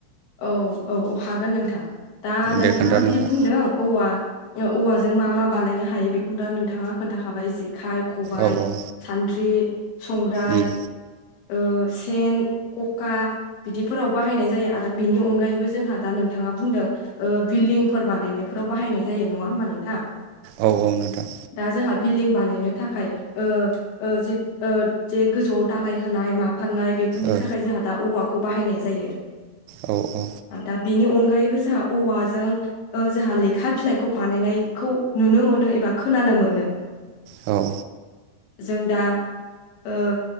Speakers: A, on the left; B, on the right.
A: औ औ औ हागोन नोंथां दा
B: दे
A: नोंथाङा
B: खोन्था नोंथां
A: दि बुंदों औवा ओ औवाजों मा मा बानायनो हायो बेखौ दा नोंथाङा खोन्थाखाबाय जेखाय खबाइ,
B: औ औ
A: सान्द्रि, संग्राय
B: उम
A: ओ सेन कका बिदिफोराव बाहायनाय जायो आरो बिनि अनगायैबो जोंहा दा नोंथाङा बुंदों ओ बिल्डिंफोर बानायनायफोराव बाहायनाय जायो नङा होमबा नोंथां
B: औ औ नोंथां
A: दा जोंहा बिल्डिं बानायनो थाखाय ओ ओ जिद ओ जे गोजौआव दालाय होनाय माफारनाय बे फोरनि
B: ओ
A: थाखाय जोंहा दा औवाखौ बाहायनाय जायो
B: औ औ
A: आदा बेनि अनगायैबो जाहा औवाजों ओ जोंहा लेखा बिलाइखौ बानायनायखौ नुनो मोनो एबा खोनानो मोनो
B: औ
A: जों दा ओ